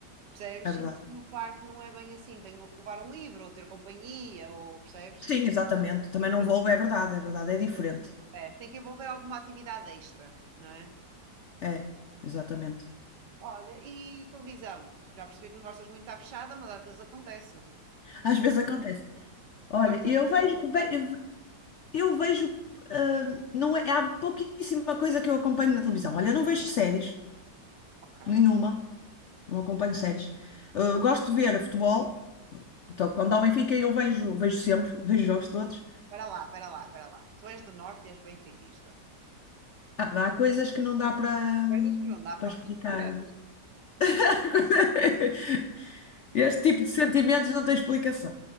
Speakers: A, on the right; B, on the left.
A: Percebes?
B: é
A: Sinto
B: verdade.
A: que no parque não é bem assim. Tenho que levar um livro, ou ter companhia, ou percebes?
B: Sim, exatamente. Também
A: Isso
B: não vou, é verdade, é verdade, é diferente.
A: É, é, tem que envolver alguma atividade extra, não é?
B: É, exatamente.
A: Olha, e televisão? Já percebi que não gostas muito de estar fechada, mas às vezes acontece, não é?
B: Às vezes acontece. Olha,
A: Gostas
B: eu
A: de dizer
B: vejo,
A: alguma coisa?
B: ve- eu vejo, ah, não é, há pouquíssima coisa que eu acompanho na televisão. Olha, eu não vejo séries.
A: Ok.
B: Nenhuma. Não acompanho séries. Ah, gosto de ver futebol. Então, quando há o Benfica, eu vejo, vejo sempre, <laughs> vejo jogos todos.
A: Espera lá, espera lá, espera lá. Tu és do Norte e és benfiquista.
B: Há, há coisas que não dá para
A: Coisas que não dá para
B: para explicar.
A: perceber.
B: <laughs> Este tipo de sentimentos não tem explicação.